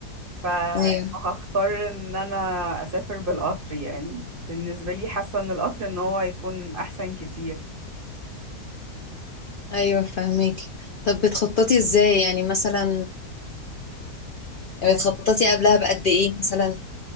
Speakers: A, on the right (about 50°); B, on the left (about 75°).
A: ف-
B: ايوه
A: فهختار ان انا اسافر بالقطر يعني بالنسبة لي حاسة ان القطر ان هو يكون احسن كتير
B: ايوه فهميكي طب بتخططي ازاي يعني مثلا
A: آه،
B: آه، بتخططي قبلها بقد ايه مثلا